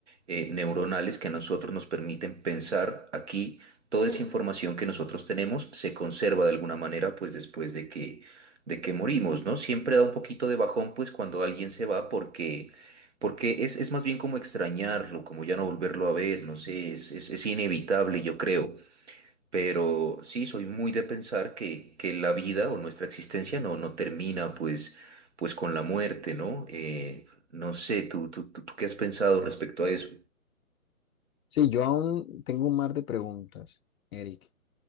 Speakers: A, on the right; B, on the left.
A: eh, neuronales que a nosotros nos permiten pensar aquí. Toda esa información que nosotros tenemos se conserva de alguna manera, pues después de que, de que morimos, ¿no? Siempre da un poquito de bajón, pues cuando alguien se va, porque, porque es, es más bien como extrañarlo, como ya no volverlo a ver, no sé, es, es, es inevitable, yo creo. Pero sí, soy muy de pensar que, que la vida o nuestra existencia no, no termina, pues, pues con la muerte, ¿no? Eh, no sé, ¿tú, tú, tú, tú qué has pensado respecto a eso?
B: Sí, yo aún tengo un mar de preguntas, Eric,